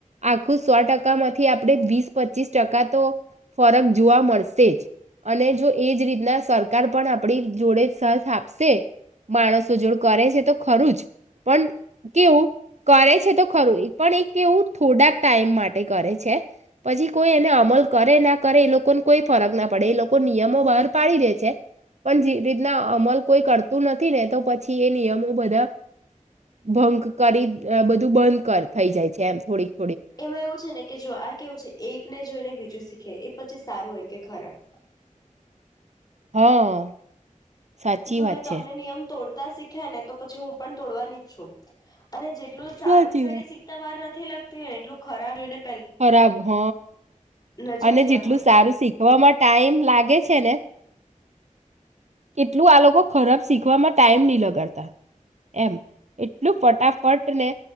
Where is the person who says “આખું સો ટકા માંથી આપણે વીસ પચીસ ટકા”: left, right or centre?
Right